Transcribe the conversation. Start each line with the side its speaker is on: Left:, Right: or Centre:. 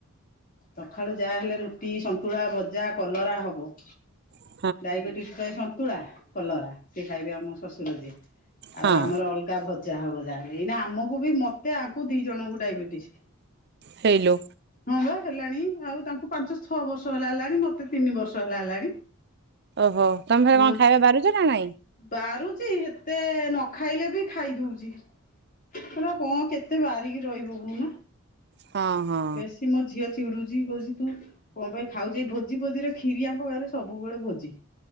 Left: ସକାଳୁ ଯାହା ହେଲେ ରୁଟି ସନ୍ତୁଳା ଭଜା କଲରା ହବ
Right: ହ <inaudible>
Left: ଡାଇବେଟିିସ ପାଇଁ ସନ୍ତୁଳା କଲରା ସେ ଖାଇବେ ଆମ ଶ୍ୱଶୁର ଯିଏ। ଆଉ
Right: ହଁ
Left: ଆମର ଅଲଗା ଭଜା ହବ ଯାହା ଏଇନା ଆମକୁ ବି ମତେ ଆକୁ ଦି ଜଣଙ୍କୁ ଡାଇବେଟିସ
Right: ହେଇଲୋ
Left: ହଁ ବା ହେଲାଣି ଆଉ ତାଙ୍କୁ ପାଞ୍ଚ ଛଅ ବର୍ଷ ହେଲା ହେଲାଣି ମତେ ତିନି ବର୍ଷ ହେଲା ହେଲାଣି
Right: ଓହୋ ତମେ ଥରେ
Left: ହଁ
Right: କଣ ଖାଇବା ବାହାରୁଛ ନା ନାଇଁ
Left: ବାରୁଛି ଏତେ ନ ଖାଇଲେ ବି ଖାଇ ଦଉଛି ହେଲା କଣ କେତେ ବାରିକି ରହିବ କହୁନ
Right: ହଁ ହଁ
Left: ବେଶୀ ମୋ ଝିଅ ଚିଡୁଛି କହୁଛି ତୁ କଣ ପାଇଁ ଖାଉଛ ଭହୁତ ଭୋଜି ଭୋଜିରେ କ୍ଷୀରି ଆଙ୍କ ଗାଁ ରେ ସବୁବେଳେ ଭୋଜି